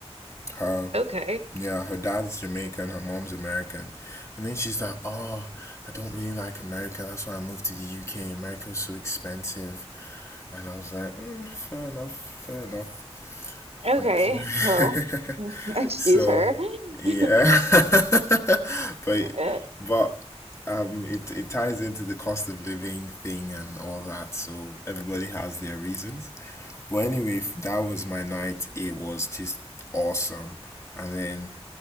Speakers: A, on the left (about 25°); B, on the right (about 70°).
A: Her
B: <laughs> okay,
A: yeah, her dad's Jamaican, her mom's American. And then she's like, Oh, I don't really like America, that's why I moved to the UK. America was so expensive. And I was like, mm, fair enough, fair enough.
B: okay.
A: Like,
B: Well,
A: <laughs>
B: <laughs> excuse
A: So,
B: her. <laughs>
A: yeah. <laughs> But
B: Uh,
A: but um it it ties into the cost of living thing and all that, so everybody has their reasons. But anyway, f- that was my night. It was just awesome. And then